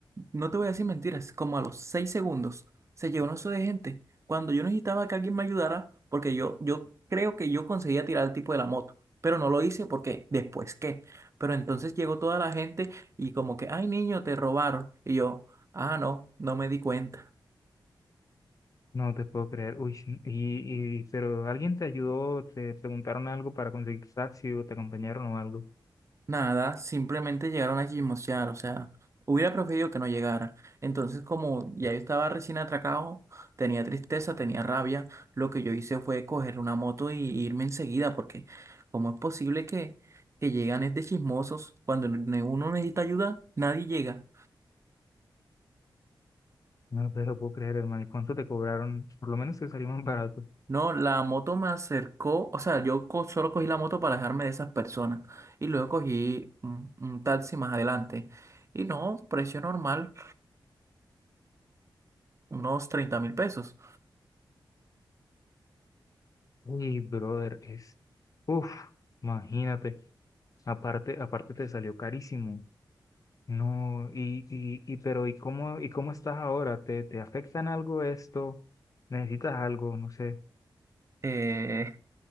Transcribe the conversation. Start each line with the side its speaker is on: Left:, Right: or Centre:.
Right: no te voy a decir mentiras, como a los seis segundos se llegó un oso de gente, cuando yo necesitaba que alguien me ayudara, porque yo, yo creo que yo conseguía tirar al tipo de la moto, pero no lo hice porque después qué, pero entonces llegó toda la gente y como que, ay niño, te robaron, y yo, ah, no, no me di cuenta.
Left: No te puedo creer. Uy, sí. y, y, pero alguien te ayudó, te preguntaron algo para conseguir taxi o te acompañaron o algo.
Right: Nada, simplemente llegaron a chismosear, o sea, hubiera preferido que no llegara. Entonces, como ya yo estaba recién atracado, tenía tristeza, tenía rabia, lo que yo hice fue coger una moto y irme enseguida, porque ¿cómo es posible que, que llegan es de chismosos? Cuando ne- uno necesita ayuda, nadie llega.
Left: No te lo puedo creer, hermano. ¿Y cuánto te cobraron? Por lo menos te salió más barato.
Right: No, la moto me acercó, o sea, yo co- solo cogí la moto para dejarme de esas personas y luego cogí un, un taxi más adelante. Y no, precio normal, unos treinta mil pesos.
Left: Uy, brother, es. Uf, imagínate. Aparte, aparte te salió carísimo. No, y, y, y, pero, ¿y cómo, y cómo estás ahora? ¿Te, te afectan algo esto? ¿Necesitas algo? No sé.
Right: Eh,